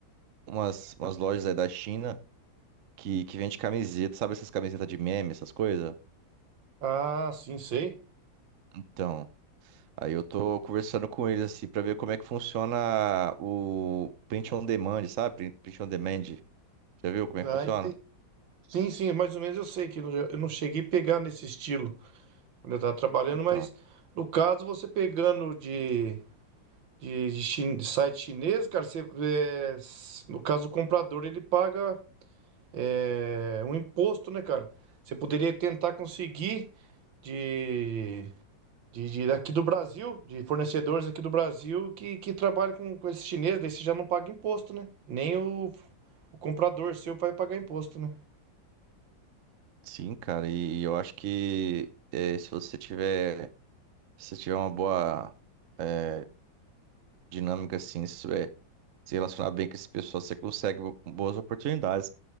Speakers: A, on the right (about 60°); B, on the right (about 75°).
A: umas, umas lojas aí da China que, que vende camiseta, sabe essas camisetas de meme, essas coisas?
B: Ah, sim, sei.
A: Então, aí eu tô conversando com eles assim pra ver como é que funciona o print on demand, sabe? Print print on demand. Já viu como é
B: Ah,
A: que funciona?
B: ente- Sim, sim, mais ou menos eu sei que eu não eu não cheguei a pegar nesse estilo quando eu estava trabalhando,
A: Então,
B: mas no caso você pegando de de, de chin- de site chinês, cara, você, é, s- no caso o comprador ele paga é, um imposto, né, cara? Você poderia tentar conseguir de, de, de aqui do Brasil, de fornecedores aqui do Brasil que, que trabalham com, com esse chinês, daí você já não paga imposto, né? Nem o, o comprador seu vai pagar imposto, né?
A: sim, cara, e, e eu acho que eh, se você tiver, se você tiver uma boa eh, dinâmica, assim, se souber se relacionar bem com esse pessoal, você consegue bo- boas oportunidades.